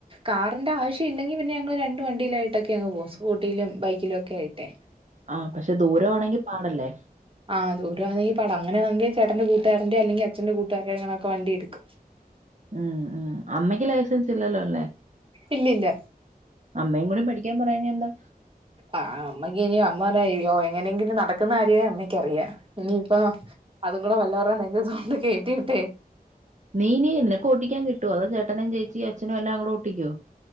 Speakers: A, on the right (about 35°); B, on the right (about 50°).
A: കാറിന്റെ ആവശ്യം ഇല്ലെങ്കി പിന്നെ ഞങ്ങള് രണ്ട് വണ്ടിയിലായി ട്ടക്കെയങ് പോവും സ്കൂട്ടിയിലും ബൈക്കിലും ഒക്കെ ആയിട്ടേ.
B: ആഹ് പക്ഷെ ദൂര ആണെങ്കി പാടല്ലേ?
A: ആഹ് ദൂരാണെങ്കി പാട അങ്ങനാണങ്കി ചേട്ടന്റെ കൂട്ടുകാരന്റെ അല്ലെങ്കി അച്ഛന്റെ കൂകാരടെ അങ്ങെയൊക്കെ വണ്ടി എടുക്കും.
B: ആഹ് ആഹ് അമ്മയ്ക്ക് ലൈസൻസ് ഇല്ലല്ലോ അല്ലേ.
A: ഇല്ലില്ല.
B: അമ്മയും കൂടി പഠിക്കാൻ പറയാഞ്ഞ എന്താ.
A: ആഹ് അമ്മയ്ക്ക് ഇനി അമ്മ പറയാ യ്യോ എങ്ങനെയെങ്കിലും നടക്കുന്ന കാര്യേ അമ്മക്ക് അറിയ. ഇനീപ്പോ അതും കൂടെ വല്ലവര്ടേം നെഞ്ചത്ത് കൊണ്ട് കേറ്റിട്ടേയ്.
B: നീ ഇനി നിനക്ക് ഓട്ടിക്കാൻ കിട്ടോ അതോ ചേട്ടനും ചേച്ചീ അച്ഛനും എല്ലാം കൂടി ഓട്ടിക്ക്യോ.